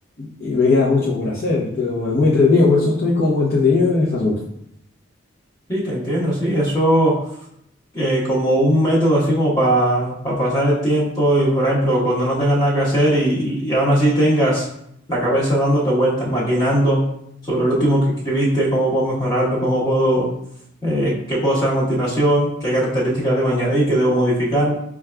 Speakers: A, on the left; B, on the left.
A: y me queda mucho por hacer, pero es muy entretenido, por eso estoy como entretenido en este asunto.
B: sí, te entiendo, sí, eso. eh, como un método así como para pasar el tiempo y, por ejemplo, cuando no tengas nada que hacer y, y aún así tengas la cabeza dándote vueltas, maquinando sobre el último que escribiste, cómo puedo mejorarlo, cómo puedo, eh, qué puedo hacer a continuación, qué características debo añadir, qué debo modificar.